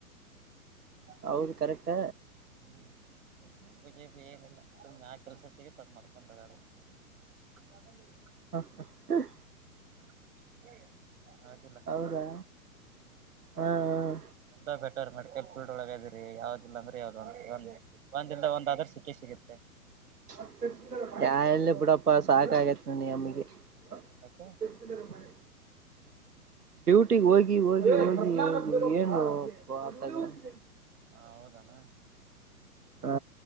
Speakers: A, on the right (about 60°); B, on the right (about 80°).
A: <unintelligible>
B: ಹೌದು ಕರೆಕ್ಟ್
A: ಹ್ಮ್ <unintelligible> ಏನಿಲ್ಲ ಸುಮ್ನೆ ಯಾ ಕೆಲ್ಸ ಸಿಗತ್ ಅದ್ ಮಾಡ್ಕೊಂಡ <unintelligible> <unintelligible>
B: ಹಾ ಹಾ <unintelligible>
A: <unintelligible> ಹೌದಿಲ್ಲ
B: ಹೌದಾ
A: ಹ್ಮ್
B: ಹಾ ಹ.
A: <unintelligible> ಬೆಟರ್ ಮೆಡಲ್ ಫೀಲ್ಡ್ ಒಳಗ ಇದಿರಿ ಯಾವ್ದದಿಲ್ಲ <unintelligible> <unintelligible> ಒಂದಲ್ ಒಂದ ಆದ್ರ ಸಿಕ್ಕೆ ಸಿಗುತ್ತೆ.
B: <unintelligible> ಎಲ್ಲಿ ಬಿಡಪ್ಪ ಸಾಕ ಆಗೇತ್ <unintelligible>
A: ಯಾಕೆ
B: <unintelligible> ಡ್ಯೂಟಿಗೆ ಹೋಗಿ ಹೋಗಿ ಹೋಗಿ ಏನು ಅಬ್ಬಾ <unintelligible>
A: ಹೌದಾನ.
B: ಹಾ